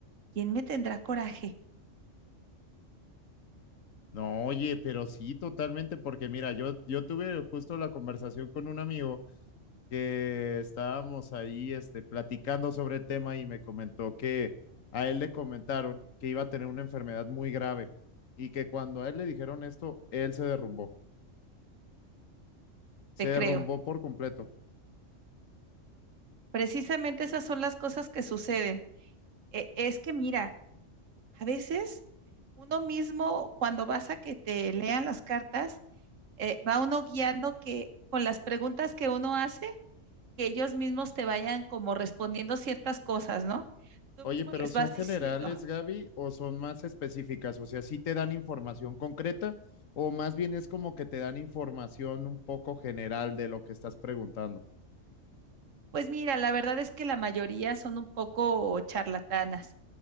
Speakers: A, on the right; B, on the left.
A: ¿Quién me tendrá coraje?
B: No, oye, pero sí, totalmente, porque mira, yo, yo tuve justo la conversación con un amigo que estábamos ahí este, platicando sobre el tema y me comentó que a él le comentaron que iba a tener una enfermedad muy grave y que cuando a él le dijeron esto, él se derrumbó, se
A: Te creo.
B: derrumbó por completo.
A: Precisamente esas son las cosas que suceden. E- es que mira, a veces uno mismo cuando vas a que te lean las cartas, eh, va uno guiando que con las preguntas que uno hace, que ellos mismos te vayan como respondiendo ciertas cosas, ¿no? Tú
B: Oye,
A: mismo
B: pero
A: les
B: ¿son
A: vas
B: generales,
A: diciendo,
B: Gaby, o son más específicas? O sea, ¿sí te dan información concreta o más bien es como que te dan información un poco general de lo que estás preguntando?
A: Pues mira, la verdad es que la mayoría son un poco charlatanas,